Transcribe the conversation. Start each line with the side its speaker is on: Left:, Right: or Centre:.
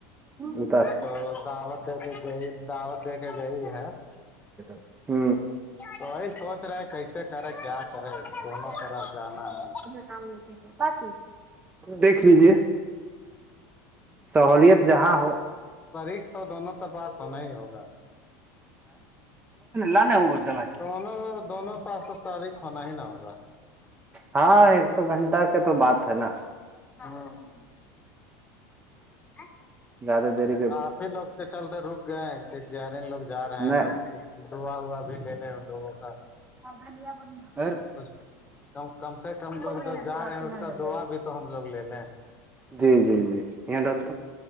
Right: اتار
Left: تو دعوت دے کے گئی دعوت دے کے گئی ہے ہ
Right: ہ
Left: تو وہی سوچ رہے ہے کیسے کرے کیا کرے گھوموں طرف جانا ہے
Right: کام ن پ پچ م دیکھ لیجے سہولت جہاں ہو
Left: فریق تو دونوں تو پاس ہونا ہی ہوگا
Right: لانے ہوگا
Left: دونوں دونوں پاس تو سارے ہی کھنا ہی نہ ہوگا
Right: ہاں ایک س گھنٹہ کا تو بات ہے نا
Left: ہاں ا
Right: گیادہ دیرے
Left: آپ ہی لوگ کے چلتے رک گئے سیارے لوگ جا رہے ہیں
Right: نہیں
Left: لوگ ڈا وا بھی لے لے ان لوگوں کا
Right: د ب
Left: تو کم کم سے کم لوگ
Right: دن
Left: جو جا رہے ہیں
Right: تو
Left: اس
Right: نظر
Left: کا دعا
Right: گ
Left: بھی تو ہم لوگ لے لیں
Right: جی جی جی یہاں ڈال تو